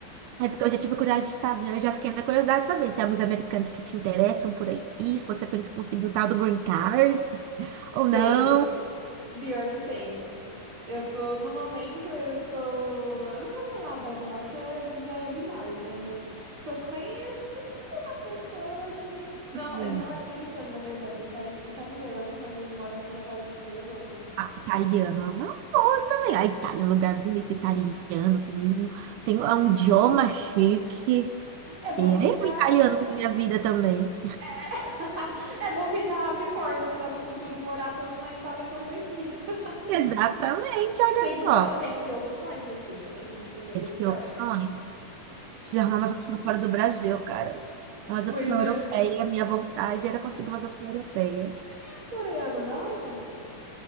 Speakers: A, on the right; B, on the right.
A: É porque eu já tive curiosidade de saber, eu já fiquei na curiosidade de saber se tem alguns americanos que te interessam por aí, se você pensa em conseguir o tal do green card ou
B: Tem.
A: não.
B: Pior que tem. Eu tô, no momento, eu estou. Eu não vou falar apaixonada porque é- já é demais, né? Mas tô conhecendo uma pessoa que. Não,
A: Hum.
B: ele não é americano, na verdade. Ele tá italiano, mas ele mora aqui já faz uns três anos.
A: Ah, italiano é uma boa também. A Itália é um lugar bonito, italiano, tem, um- tem um é um idioma chique.
B: É bom
A: Que é
B: que já
A: o italiano na minha vida também.
B: <laughs> é bom que já abre portas para no futuro morar tanto na Itália quanto aqui. <laughs>
A: Exatamente, olha
B: Tem que
A: só.
B: ter, tem que ter opções, Letícia. A gente precisa
A: Tem
B: ser
A: que
B: esperta.
A: ter opções. Preciso arrumar umas opções fora do Brasil, cara. Umas
B: Pois
A: opções
B: é.
A: europeias. Minha vontade era conseguir umas opções europeias.
B: E os coreanos, não?